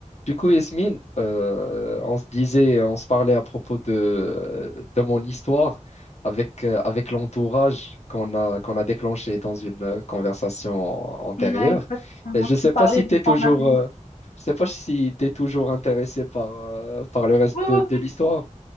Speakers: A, on the left; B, on the left.
A: Du coup, Yasmine, euh, on se disait, on se parlait à propos de, de mon histoire avec, euh, avec l'entourage qu'on a, qu'on a déclenché dans une euh, conversation antérieure.
B: Ouais, exactement.
A: Et je
B: Tu
A: ne sais
B: me parlais
A: pas si
B: de
A: tu es toujours,
B: ton ami.
A: euh, je sais pas si tu toujours intéressé par, euh, par le reste
B: Oui,
A: de,
B: oui,
A: de l'histoire.
B: oui,